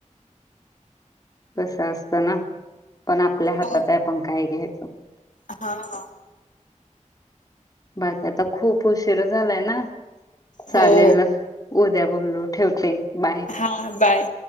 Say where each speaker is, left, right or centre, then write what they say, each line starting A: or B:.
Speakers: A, on the left; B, on the left.
A: कस असतं ना पण आपल्या हातात
B: हो
A: आहे आपण काही घे
B: हा हा.
A: बाकी आता खूप उशीर झालाय ना चालेल.
B: हो
A: उद्या बोललो ठेवते. बाय
B: हा बाय.